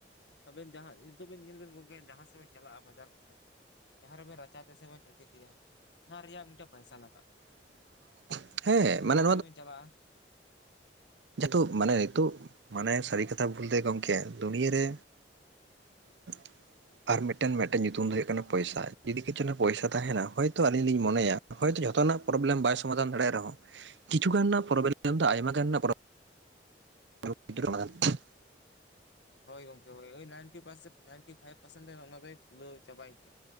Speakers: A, on the left; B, on the right.
A: ᱟᱵᱮᱱ ᱡᱟᱦᱟᱸ ᱱᱤᱛᱚᱜ ᱵᱮᱱ ᱧᱮᱞ ᱵᱮᱱ ᱜᱚᱢᱠᱮ ᱡᱟᱦᱟᱸ ᱥᱮᱫ ᱵᱮᱱ ᱪᱟᱞᱟᱜᱼᱟ ᱵᱟᱡᱟᱨ ᱠᱚᱨᱮ ᱡᱟᱦᱟᱸ ᱨᱮᱵᱮᱱ ᱨᱟᱪᱟ ᱛᱟᱭ ᱥᱮᱵᱮᱱ ᱴᱟᱺᱰᱤ ᱛᱟᱭᱟ ᱚᱱᱟ ᱨᱮᱭᱟᱜ ᱢᱤᱫ ᱴᱮᱱ ᱯᱚᱭᱥᱟ ᱞᱟᱜᱟᱜᱼᱟ ᱾
B: <unintelligible>
A: ᱡᱟᱦᱟᱸ
B: ᱢᱟᱱᱮ
A: ᱨᱮᱜᱮᱵᱤᱱ ᱪᱟᱞᱟᱜᱼᱟ ᱾
B: ᱡᱮᱦᱮᱛᱩ ᱢᱟᱱᱮ ᱱᱤᱛᱚᱜ ᱢᱟᱱᱮ ᱥᱟᱹᱨᱤ ᱠᱟᱛᱷᱟ ᱵᱩᱞᱛᱮ ᱜᱚᱢᱠᱮ ᱫᱩᱱᱭᱟᱹᱨ ᱨᱮ <unintelligible> ᱟᱨ ᱢᱤᱫᱴᱮᱱ ᱢᱤᱫ ᱴᱮᱱ ᱧᱩᱛᱩᱢ ᱫᱚ ᱦᱩᱭᱩᱜ ᱠᱟᱱᱟ ᱯᱚᱭᱥᱟ ᱡᱩᱫᱤ ᱠᱤᱪᱷᱩ ᱯᱚᱭᱥᱟ ᱛᱟᱦᱮᱱᱟ ᱦᱚᱭᱛᱳ ᱟᱞᱤᱧ ᱞᱤᱧ ᱢᱚᱱᱮᱭᱟ ᱾ ᱦᱚᱭᱛ ᱡᱚᱛᱚᱱᱟᱜ ᱯᱨᱚᱵᱞᱮᱢ ᱵᱟᱭ ᱥᱚᱢᱟᱫᱟᱱ ᱫᱟᱲᱮᱭᱟᱜ ᱨᱮᱦᱚᱸ ᱠᱤᱪᱷᱩᱟᱱ ᱨᱮᱱᱟᱜ ᱯᱨᱚᱵᱞᱮᱢ ᱟᱭᱢᱟ
A: ᱦᱮᱸ
B: ᱜᱟᱱ ᱯᱨ <unintelligible>
A: ᱦᱳᱭ ᱜᱚᱝᱠᱮ ᱦᱳᱭ ninety percent ninety five percent ᱚᱱᱟ ᱫᱚᱭ ᱠᱷᱩᱞᱟᱹᱣ ᱪᱟᱵᱟᱭ ᱜᱮᱭᱟ